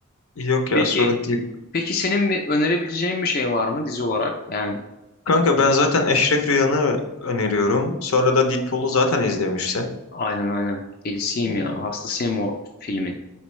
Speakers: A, on the left; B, on the left.
A: Yok ya
B: Peki
A: sorun değil.
B: peki senin bir önerebileceğin bir şey var mı dizi olarak? Yani
A: Kanka ben zaten Eşref Rüyan'ı öneriyorum. Sonra da Deadpool'u zaten izlemişsin.
B: aynen aynen delisiyim
A: Ee,
B: ya hastasıyım o filmin.